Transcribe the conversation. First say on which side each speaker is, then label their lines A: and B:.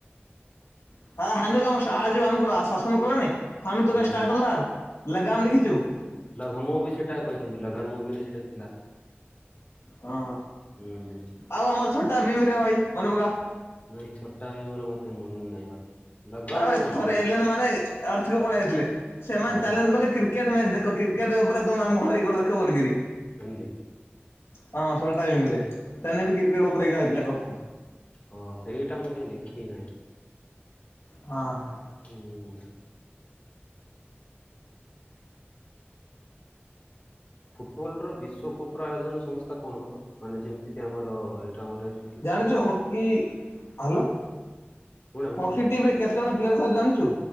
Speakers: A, on the left (about 85°); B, on the left (about 35°).
A: <inaudible>
B: ହୁଁ। ଲ ମୁ ବି ସେଟା କହିଥାନ୍ତି ଲଗନ ମୁଭିରେ ସେଇଟା ଥିଲା।
A: ହଁ
B: ହୁଁ
A: ଆଉ ଆମର ଛୋଟା ଭିମରେ ଭାଇ ମନେପକା।
B: ନାଇଁ ଛୋଟ ଭୀମ ର ମତେ ମନ ନାହିଁ ବାକି। ଲଗନ
A: ଆ
B: ଟା ମନେ
A: ଥ
B: ଅଛି
A: ମାନେର୍ଥ ପଳଥିଲେ ସେମାନେ
B: ହଁ।
A: ଚାଲେଞ କଲେ କ୍ରିକେଟ୍ ମ୍ୟାଚ ଦେଖ କ୍ରିକେଟ ଉପରେମ ଆମ ଘରେ ଦେଖ ବଲିକରି।
B: ହିନ୍ଦୀ
A: ହଁ ଇରେ ସେ ବି କ୍ରିକେଟ ଉପରେ ଥିଲା କଥା।
B: ହଁ ସେଇଟା ମୁଁ କାଇଁ ଦେଖିନି?
A: ହଁ ହଁ।
B: ହୁଁ। ଫୁଟବଲ ର ବିଶ୍ଵକପ ର ଆୟୋଜନ ସଂସ୍ଥା କଣ କ ତ ମାନେ ଯେମିତି ଆମର ଏଇଟା ଆମର ଏ
A: ଜାଣିଛୁ ହକି ହ
B: ଶୁଣେ ମୁଁ
A: ହକି ଟିମରେ କେତେ ଜଣ ପ୍ଲେୟର ଥବ ଜାଣିଛୁ?